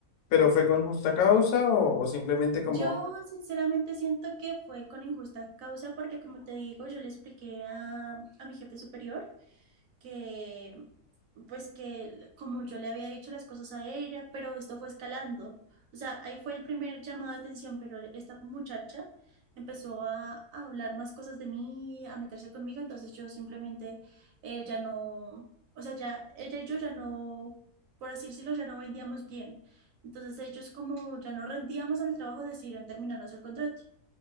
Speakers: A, on the left; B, on the right.
A: pero ¿fue con justa causa o, o simplemente como,
B: Yo sinceramente siento que fue con injusta causa porque como te digo, yo le expliqué a, a mi jefe superior. que pues que como yo le había dicho las cosas a ella, pero esto fue escalando. O sea, ahí fue el primer llamado de atención, pero esta muchacha empezó a, a hablar más cosas de mí, a meterse conmigo, entonces yo simplemente eh, ya no, o sea, ya ella y yo ya no, por así decirlo, ya no vendíamos bien. Entonces ellos como ya no rendíamos en el trabajo, decidieron terminarnos el contrato.